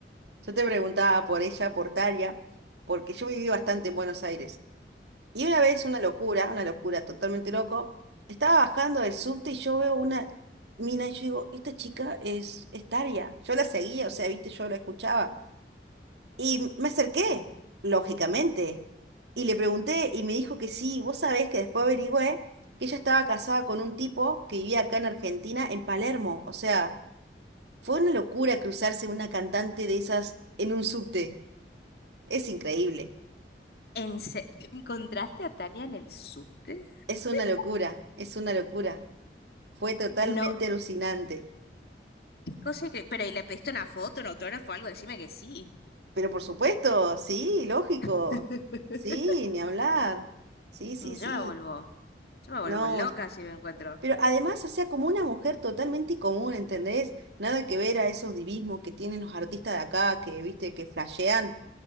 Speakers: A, on the right; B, on the left.
A: Yo te preguntaba por ella, por Taria, porque yo viví bastante en Buenos Aires. Y una vez, una locura, una locura totalmente loco, estaba bajando del subte y yo veo una mina y yo digo, esta chica es, es Taria. Yo la seguía, o sea, viste, yo la escuchaba. Y m- me acerqué, lógicamente, y le pregunté y me dijo que sí. Vos sabés que después averigüé que ella estaba casada con un tipo que vivía acá en Argentina, en Palermo, o sea... Fue una locura cruzarse una cantante de esas en un subte. Es increíble.
B: ¿En se- ¿Encontraste a Talia en el subte?
A: Es una
B: <laughs>
A: locura, es una locura. Fue totalmente
B: No,
A: alucinante.
B: qué cosa que... Pero ¿y le pediste una foto, un autógrafo, algo? Decime que sí.
A: Pero por supuesto, sí, lógico.
B: <laughs>
A: Sí, ni hablar. Sí, sí,
B: Yo
A: sí.
B: me vuelvo... Yo me vuelvo
A: No,
B: loca
A: es-
B: si me encuentro.
A: pero además, o sea, como una mujer totalmente común, ¿entendés? Nada que ver a esos divismos que tienen los artistas de acá, que, viste, que flashean.